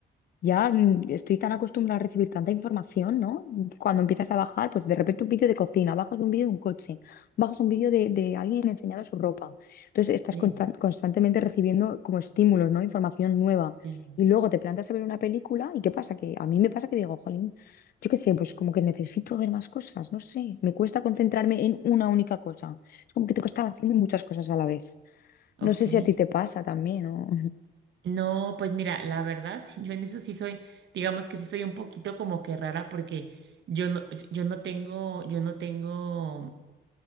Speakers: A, on the left; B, on the right.
A: Ya mm, estoy tan acostumbrada a recibir tanta información, ¿no? Cuando empiezas a bajar, pues de repente un vídeo de cocina, bajas un vídeo de un coche, bajas un vídeo de, de alguien enseñando su ropa. Entonces estás
B: Sí,
A: conta- constantemente recibiendo como estímulos, ¿no? Información nueva.
B: sí.
A: Y luego te plantas a ver una película y ¿qué pasa? Que a mí me pasa que digo, jolín, yo qué sé, pues como que necesito ver más cosas, no sé. Me cuesta concentrarme en una única cosa. Es como que tengo que estar haciendo muchas cosas a la vez.
B: Ok.
A: No sé si a ti te pasa también, ¿no? <laughs>
B: No, pues mira, la verdad, <laughs> yo en eso sí soy, digamos que sí soy un poquito como que rara porque yo no, yo no tengo, yo no tengo